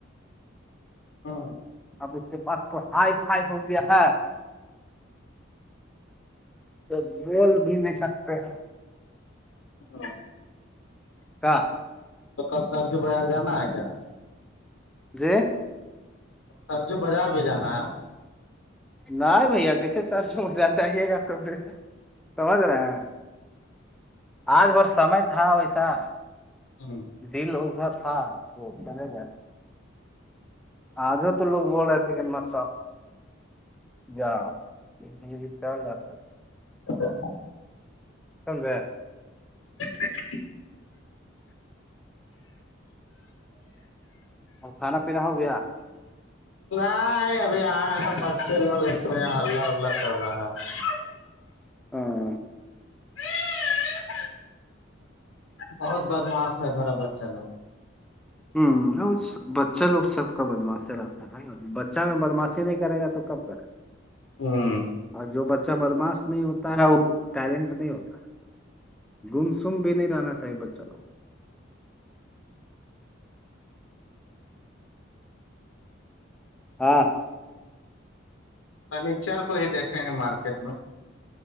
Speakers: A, on the left; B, in the centre.
A: ہاں
B: آپ اس کے پچ سو سائی سائی س رپیا ہے تو بول بھی نہیں سکتے ہیں
A: ہ
B: کیا
A: تو کر جو بازار جانا ہے ار
B: جی
A: سر جو بازار بھی جانا ہے
B: ن بھیا کیسے سرچ مدان چاہیے گا تو پا سمجھ رہے ہیں آج بھر سمے تھا ویسا
A: ہاں
B: دل ازا تھا تو سنے گا آج ہو تو لوگول رہے تھےیکن م سا جاؤ ج ج چل جات
A: اچھاا
B: س گ
A: <inaudible>
B: اور کانا پینا ہو گیا
A: نہیں ابھی یہ تو بچے لوگ ہلہ الہ کر رہا ہے
B: ہاں
A: ہے بہت بدماف ہے میرا بچہ لو
B: ہوں بچہ لوگ سب کا بدماسے رکھ بچہ میں بدماشی نہیں کرے گا تو کب کرے گ
A: ہوں
B: اور جو ب اا بدماش نہیں ہوتا ہے وہ ٹیلنٹ نہیں ہوتا گم سم بھی نہیں رہنا چاہیے بچوں ہاں
A: فرنیچر کو ہی دیکھے ہیں مارکیٹ میں